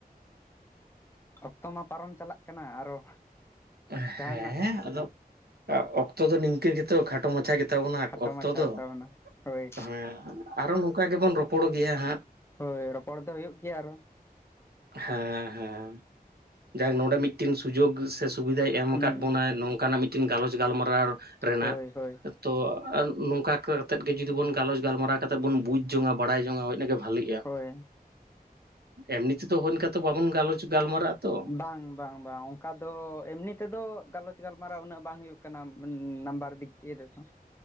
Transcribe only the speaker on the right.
ᱦᱮᱸ
ᱟᱫᱚ ᱚᱠᱛᱚ ᱫᱚ ᱱᱤᱝᱠᱟᱹ ᱜᱮᱛᱚ ᱠᱷᱟᱴᱚ ᱢᱟᱪᱷᱟ ᱜᱮᱛᱟᱵᱚᱱᱟ
ᱚᱠᱛᱚ
ᱫᱚ ᱾
ᱦᱮᱸ ᱟᱨᱦᱚᱸ ᱱᱚᱝᱠᱟ ᱜᱮᱵᱚᱱ ᱨᱚᱯᱚᱲ ᱜᱮᱭᱟ ᱦᱟᱸᱜ ᱾
ᱦᱮᱸ ᱦᱮᱸ ᱡᱟᱠ ᱱᱚᱸᱰᱮ ᱢᱤᱫᱴᱤᱱ ᱥᱩᱡᱩᱜ ᱥᱮ ᱥᱩᱵᱤᱫᱟᱭ ᱮᱢ
ᱟᱠᱟᱫ ᱵᱚᱱᱟᱭ ᱱᱚᱝᱠᱟᱱᱟᱜ ᱢᱤᱫᱴᱤᱱ ᱜᱟᱞᱚᱪ ᱜᱟᱞᱢᱟᱨᱟᱣ ᱨᱮᱱᱟᱜ,
ᱛᱚ ᱟᱨ ᱱᱚᱝᱠᱟ ᱠᱟᱹᱛᱮᱫ ᱜᱮ ᱡᱩᱫᱤ ᱵᱚᱱ ᱜᱟᱞᱚᱪ ᱜᱟᱞᱢᱟᱨᱟᱣ ᱠᱟᱛᱮᱫ ᱵᱚᱱ ᱵᱩᱡᱽ ᱡᱚᱝᱟ ᱵᱟᱲᱟᱭ ᱡᱚᱝᱟ ᱦᱳᱭ ᱤᱱᱟᱹᱜᱮ ᱵᱷᱟᱞᱤᱜᱼᱟ
ᱮᱢᱱᱤ ᱛᱮᱫᱚ ᱦᱩᱭ ᱚᱱᱠᱟ ᱛᱚ ᱵᱟᱵᱚᱱ ᱜᱟᱞᱚᱪ ᱜᱟᱞᱢᱟᱨᱟᱜᱼᱟ ᱛᱚ